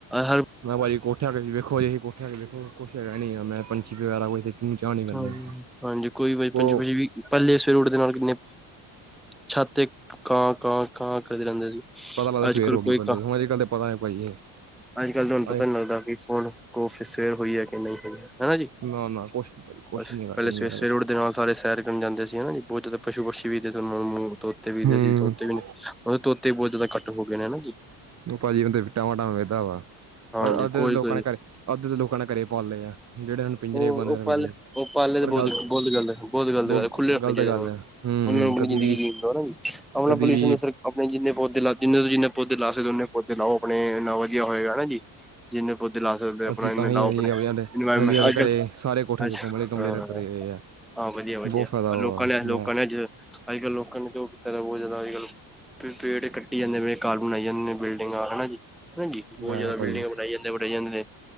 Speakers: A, in the centre; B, on the right.
A: ਹਰ
B: ਮੈਂ ਭਾਈ ਕੋਠਿਆ ਵਿਚ ਵੇਖੋ ਏਹੀ ਜੀ ਕੋਠੀਆ ਵਿਚ ਵੇਖੋ ਕੁੱਛ ਹੈਗਾ ਨਹੀਂ ਹੈ ਨਹੀ ਪੰਛੀ ਵਗੈਰਾ ਕੋਈ ਚੂੰ ਚਾਂ ਨਹੀਂ ਕਰਦੇ
A: ਹਾਂ ਹਾਂਜੀ, ਕੋਈ ਪੰਛੀ
B: ਉਹ
A: ਪੂੰਛੀ ਵੀ ਪਹਿਲੇ ਸਵੇਰੇ ਉਠਦੇ ਨਾਲ ਕਿੰਨੇ ਛਤ ਤੇ ਕਾਂ -ਕਾਂ ਕਾਂ ਕਰਦੇ ਰਹਿੰਦੇ ਸੀ
B: ਪਤਾ ਲੱਗਦਾ ਸਵੇਰ
A: ਅੱਜਕਲ
B: ਹੋ
A: ਕੋਈ
B: ਗਈ ਬੰਦੇ
A: ਕਾਂ
B: ਨੂੰ ਅੱਜ ਕੱਲ ਤਾਂ ਪਤਾ ਨਹੀਂ
A: ਅੱਜ ਕੱਲ੍ਹ ਤੁਹਾਨੂੰ ਪਤਾ
B: ਭਾਜੀ
A: ਨੀ ਲੱਗਦਾ ਵੀ ਫੋਨ ਕੋ ਸਵੇਰ ਹੋਈ ਹੈ ਕਿ ਨਹੀਂ ਹੋਈ ਹੈ ਹੈਨਾ ਜੀ
B: ਨਾ ਨਾ ਕੁਛ ਨੀ ਭਾਜੀ ਕੁਛ
A: ਬਸ,
B: ਨੀ ਹੈਗਾ
A: ਪਹਿਲੇ
B: ਦੁਨੀਆਂ
A: ਸਵੇਰੇ-
B: ਦੇ
A: ਸਵੇਰੇ
B: ਵਿੱਚ
A: ਉੱਠਦੇ ਨਾਲ ਸਾਰੇ ਸੈਰ ਜਾਂਦੇ ਸੀ ਹੈਨਾ ਜੀ ਬਹੁਤ ਜ਼ਿਆਦਾ ਪਸ਼ੂ ਪਕਸ਼ੀ ਵੀ ਤੁਹਾਨੂੰ ਮੋ ਮੋ ਤੋਤੇ ਵਿਖਦੇ
B: ਹੂੰ
A: ਸੀ ਤੋਤੇ ਵੀ ਤੋਤੇ ਬਹੁਤ ਜ਼ਿਆਦਾ ਘੱਟ ਹੋ ਗਏ ਨੇ ਹੈਨਾ ਜੀ
B: ਭਾਜੀ ਕਦੇ ਟਾਵਾਂ ਟਾਂਵਾ ਵੇਹਦਾ ਵਾਹ
A: ਹਾਂਜੀ
B: ਅੱਧੇ
A: ਕੋਈ
B: ਲੋਕਾਂ
A: ਕੋਈ
B: ਨੇ ਘਰੇ ਅੱਧੇ ਦੇ ਲੋਕਾਂ ਨੇ ਘਰੇ ਪਾਲ ਲਏ ਆ ਜਿਹੜੇ ਹੁਣ ਪਿੰਜਰੇ
A: ਉਹ
B: ਬੰਦ ਰੱਖਦੇ
A: ਪਾਲੇ ਉਹ ਪਾਲੇ ਤੇ
B: ਪਰ ਗ਼ਲਤ
A: ਬਹੁਤ ਬਹੁਤ ਗਲਤ ਬਹੁਤ ਗਲਤ
B: ਬਹੁ
A: ਗੱਲ ਖੁੱਲੇ ਰੱਖਣੇ
B: ਗ਼ਲਤ
A: ਚਾਹੀਦੇ
B: ਗੱਲ ਹੈ ਹੂੰ
A: ਉਹਨਾਂ ਨੂੰ ਵੀ ਆਪਣੀ
B: ਕਦੀ
A: ਜ਼ਿੰਦਗੀ ਜੀਣ ਦਿਓ ਜੀ, ਆਪਨਾ
B: ਕਦੀ
A: ਪੋਲਿਊਸ਼ਨ
B: ਵੀ
A: ਆਪਣੇ ਜਿੰਨੇ ਪੌਦੇ ਲਾ ਜਿੰਨੇ ਜਿੰਨੇ ਪੌਦੇ ਲਾ ਸਕਦੇ ਓਨੇ ਪੌਦੇ ਲਾਓ ਆਪਣੇ ਇੰਨਾ ਵਧੀਆ ਹੋਏਗਾ ਹੈਨਾ ਜੀ ਜਿੰਨੇ ਪੌਦੇ ਲਾ ਸਕਦੇ ਹੋ ਆਪਣਾ
B: ਅਸੀਂ
A: ਇਨੇ
B: ਤਾਂ ਹੀ
A: ਲਾਓ
B: ਅਸੀਂ
A: ਆਪਣੇ ਕੱਲ੍ਹ
B: ਘਰੇ ਸਾਰੇ ਕੋਠੇ
A: ਅੱਛਾ
B: ਤੇ ਗਮਲੇ ਤੋੜਨ
A: ਹਾਂ
B: ਤੇ ਤੁਰੇ ਹੋਏ ਆ।
A: ਹਾਂ, ਵਧੀਆ-ਵਧੀਆ
B: ਬਹੁਤ ਫਾਇਦਾ ਵਾ
A: ਲੋਕਾਂ ਨੇ ਲੋਕਾਂ
B: ਮੈਂ
A: ਨੇ ਅੱਜ ਅੱਜ ਕੱਲ੍ਹ ਲੋਕਾਂ ਨੇ ਕਿ ਉਹ ਕੀਤਾ ਬਹੁਤ ਜ਼ਿਆਦਾ ਅੱਜ ਕਲ ਪੇੜ ਕੱਟੀ ਜਾਂਦੇ ਵੇ ਘਰ ਬਣਾਈ ਜਾਂਦੇ ਨੇ ਬਿਲਡਿੰਗਾਂ ਹੈਨਾ ਜੀ ਹਾਂਜੀ ਬਹੁਤ
B: ਮੈਂ
A: ਜ਼ਿਆਦਾ
B: ਭਾਜੀ
A: ਬਿਲਡਿੰਗਾਂ ਬਣਾਈ ਜਾਂਦੀਆਂ ਬਣਾਈ ਜਾਂਦੇ ਨੇ